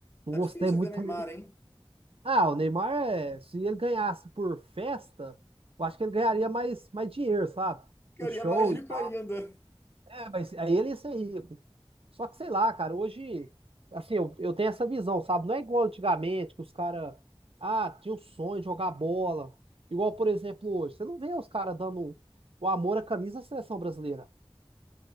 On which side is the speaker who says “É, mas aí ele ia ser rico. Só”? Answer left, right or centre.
Right